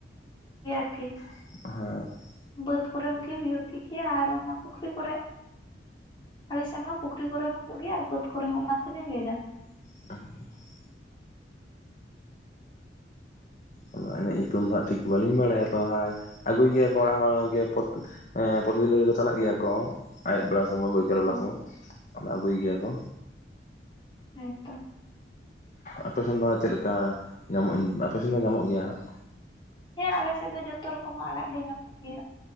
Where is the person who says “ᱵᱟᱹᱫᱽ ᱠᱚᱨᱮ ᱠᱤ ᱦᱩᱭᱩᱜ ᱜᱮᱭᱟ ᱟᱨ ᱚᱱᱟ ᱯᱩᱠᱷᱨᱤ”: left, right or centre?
Left